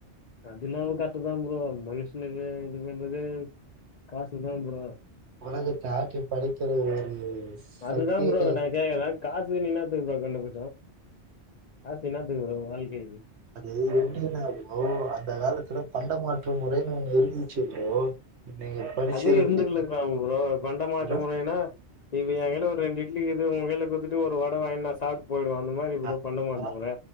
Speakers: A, on the left; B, on the right.
A: அது என்னவோ கரெக்டு தா ப்ரோ மனுஷனுக்கு இது பண்றது காசு தா ப்ரோ
B: உனக்கு டாக்டர் படிக்கிற ஒரு
A: அதுதா
B: சக்தியே
A: ப்ரோ நா கேக்குறே காசுனு என்னத்துக்கு ப்ரோ கண்டுபுச்சோ காசு என்னத்துக்கு ப்ரோ வாழ்க்கைக்கு
B: அது எப்டினா ப்ரோ அந்த காலத்துல பண்ட மாற்ற முறைன்னு ஒன்னு இருந்துச்சு ப்ரோ நீங்க படிச்சிருப்பீங்க
A: அதே இருந்துகுலுக்கலா ப்ரோ பண்ட மாட்டு
B: ப்ரோ
A: முறைன்னா இப்ப ஏன ஒரு ரெண்டு இட்லிக்குது ஓ கையில குடுத்துட்டு ஒரு வட வாங்கினுவா சாப் போயிடுவோ அந்த மாறி ப்ரோ
B: அ
A: பண்ண மாட்டெங்கற
B: ஆ